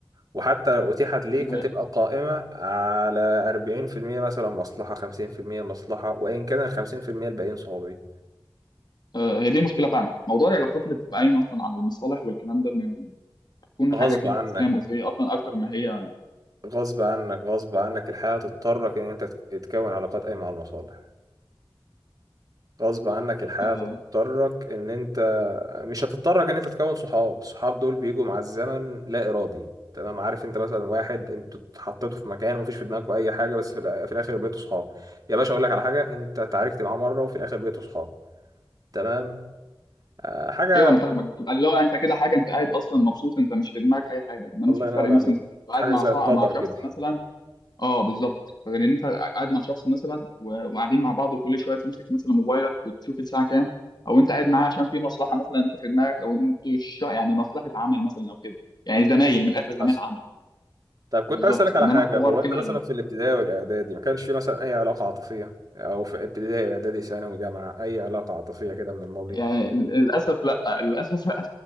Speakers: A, on the right; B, on the left.
A: وحتى لو أتيحت ليك
B: آه،
A: هتبقى قائمة على 40% مثلا مصلحة 50% مصلحة وإن كان ال 50% الباقيين صحابي
B: آه، هي دي المشكلة فعلا موضوع العلاقات اللي بتبقى قايمة اصلا على المصالح والكلام ده بتكون
A: غصب
B: حاجة كده
A: عنك
B: سيستم مؤذية اصلا اكتر ما هي
A: غصب عنك غصب عنك الحياة تضطرك إن أنت تك- تكون علاقات قايمة على المصالح غصب عنك الحياة
B: آه،
A: تضطرك إن أنت مش هتضطرك إن أنت تكون صحاب الصحاب دول بيجوا مع الزمن لا إرادي تمام عارف أنت مثلا واحد أنتوا اتحطيتوا في مكان ومفيش في دماغكوا أي حاجة بس في الآ- في الآخر بقيتوا صحاب يا باشا أقول لك على حاجة أنت اتعاركت معاه مرة وفي الآخر بقيتوا صحاب تمام آه، حاجة
B: ايوه انا فاهمك بتبقى اللي هو انت كده حاجه انت قاعد اصلا مبسوط انت مش في دماغك اي حاجه انما
A: الله
B: في
A: ينور
B: فرق مثلا
A: عليك
B: انت بتبقى قاعد
A: حاجة
B: مع
A: زي
B: صاحب
A: القدر
B: مع شخص
A: كده
B: مثلا اه بالظبط غير ان انت قاعد مع شخص مثلا و- وقاعدين مع بعض وكل شويه تمسك مثلا موبايلك وتشوف الساعه كام او انت قاعد معاه عشان في مصلحه مثلا انت في دماغك او انتوا الش- يعني مصلحه عمل مثلا او كده يعني زمايل من الاخر زمايل
A: حصل
B: عمل
A: طب كنت
B: بالظبط
A: عايز أسألك على
B: انما
A: حاجة
B: حوار
A: هو
B: كده
A: أنت مثلا في الابتدائي والإعدادي ما كانش في مثلا أي علاقة عاطفية أو في ابتدائي إعدادي ثانوي جامعة أي علاقة عاطفية كده من الماضي
B: يعني ال- للاسف لا <laughs> للاسف لا